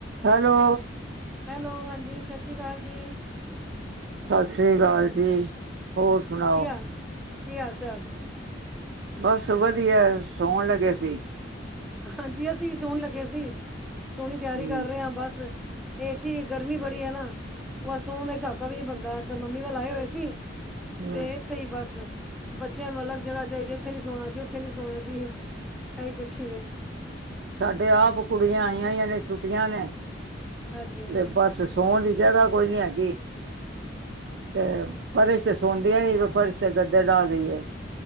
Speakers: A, on the right; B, in the centre.
A: ਹੈਲੋ।
B: ਹੈਲੋ ਹਾਂਜੀ ਸਤਿ ਸ਼੍ਰੀ ਅਕਾਲ ਜੀ
A: ਸਤਿ ਸ਼੍ਰੀ ਅਕਾਲ ਜੀ, ਹੋਰ ਸੁਣਾਓ?
B: ਕੀ ਹਾਲ, ਕੀ ਹਾਲ-ਚਾਲ?
A: ਬਸ ਵਧੀਐ, ਸੋਣ ਲੱਗੇ ਸੀ।
B: ਹਾਂਜੀ, ਅਸੀਂ ਸੋਣ ਲੱਗੇ ਸੀ। ਸੋਣ ਦੀ ਤਿਆਰੀ
A: ਹੂੰ,
B: ਕਰ ਰਹੇ ਆਂ ਬਸ। ਏ ਸੀ ਗਰਮੀ ਬੜੀ ਐ ਨਾ। ਬਸ ਸੋਣ ਦਾ ਹਿਸਾਬਕਿਤਾਬ ਈ ਨੀ ਬਣਦਾ ਐਧਰ ਮੰਮੀ ਵਲ ਆਏ ਹੋਏ ਸੀ।
A: ਹੂੰ
B: ਤੇ ਏਥੇ ਹੀ ਬਸ, ਬੱਚਿਆਂ ਨੂੰ ਅਲੱਗ ਜਗ੍ਹਾ ਚਾਈਦੀ ਏ, ਏਥੇ ਨੀ ਸੋਣਾ ਜੀ ਉੱਥੇ ਨੀ ਸੋਣਾ ਜੀ। ਇਹੀ ਕੁਛ ਈ ਏ।
A: ਸਾਡੇ ਆਪ ਕੁੜੀਆਂ ਆਈਆਂ ਹੋਈਆਂ ਜੇ ਛੁੱਟੀਆਂ ਨੇ,
B: ਹਾਂਜੀ
A: ਤੇ ਬਸ ਤੇ ਸੋਣ ਦੀ ਜਗ੍ਹਾ ਕੋਈ ਨੀ ਹੈਗੀ। ਤੇ ਫਰਸ਼ ਤੇ ਸੌਦੀਆਂ ਈ ਨਈ ਫਰਸ਼ ਤੇ ਗੱਦੇ ਡਾ ਦੇਈਏ।